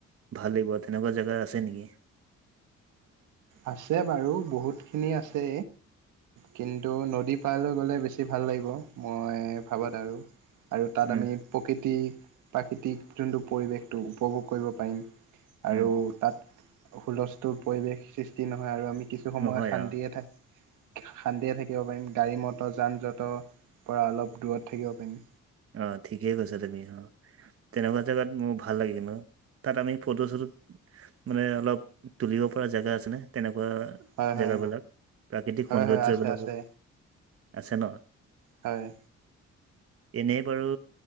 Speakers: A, on the right (about 50°); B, on the right (about 85°).
A: ভাল লাগিব তেনেকুৱা জেগা আছে নেকি?
B: আছে বাৰু বহুতখিনি আছে। কিন্তু নদী পাৰলৈ গ'লে বেছি ভাল লাগিব মই ভাবাত আৰু। আৰু তাত
A: উম
B: আমি প্ৰকৃতিক প্ৰাকৃতিক যোনটো পৰিৱেশটো উপভোগ কৰিব পাৰিম। আৰু
A: উম
B: তাত হুলস্থুল পৰিৱেশ সৃষ্টি নহয় আৰু আমি কিছু সময়
A: নহয়
B: শান্তিয়ে
A: অ
B: থাক শান্তিকে থাকিব পাৰিম গাড়ী মটৰ যান জঁটৰ পৰা অলপ দূৰত থাকিব পাৰিম।
A: অ ঠিকেই কৈছা তুমি অ। তেনেকুৱা জেগাত মোৰ ভাল লাগে ন তাত আমি ফটো চটো মানে অলপ তুলিব পৰা জেগা আছে নে তেনেকুৱা।
B: হয় হয়
A: জেগাবিলাক প্ৰাকৃতিক
B: হয়
A: সৌন্দৰ্যবিলাকো
B: হয় আছে আছে
A: আছে ন?
B: হয়।
A: এনেই বাৰু।